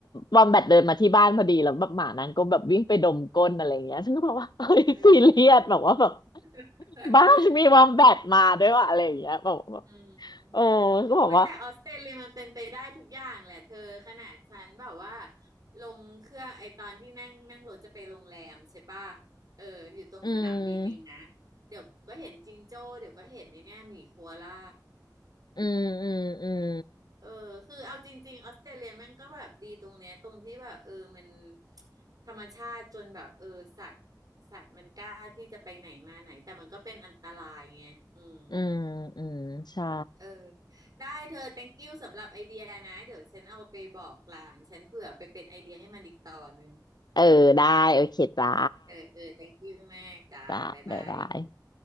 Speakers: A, on the left (about 70°); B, on the right (about 55°).
A: วอมแบทเดินมาที่บ้านพอดีแล้วแบบหมานางก็แบบวิ่งไปดมก้นอะไรอย่างเงี้ยฉันก็บอกว่าเฮ้ยซีเรียสแบบว่าแบบ
B: เออ <laughs>
A: บ้านมีวอมแบทมาด้วยวะอะไรอย่างเงี้ยแบบแบบ
B: อืมโอ้ยแต่ออสเตรเลียมันเป็นไปได้ทุกอย่างแหละเธอขนาดฉันแบบว่า
A: โอ้ก็บอกว่า
B: ลงเครื่องไอตอนที่นั่งนั่งรถจะไปโรงแรมใช่ป่ะเอออยู่ตรงสนามบินเองนะ
A: อืม
B: เดี๋ยวก็เห็นจิงโจ้เดี๋ยวก็เห็นในเนี่ยหมีโคอาล่า
A: อืมอืมอืม
B: เออคือเอาจริงๆออสเตรเลียมันก็แบบดีตรงเนี้ยตรงที่แบบเออมันธรรมชาติจนแบบเออสัตว์สัตว์มันกล้าที่จะไปไหนมาไหนแต่มันก็เป็นอันตรายไงอืม
A: อืมอืมใช่
B: เออได้เธอ thank you สำหรับไอเดียนะเดี๋ยวฉันเอาไปบอกหลานฉันเผื่อไปเป็นไอเดียให้มันอีกต่อหนึ่ง
A: เออได้โอเคจ้า
B: เออเออ thank you มากจ้าบ๊ายบาย
A: จ้าบ๊ายบาย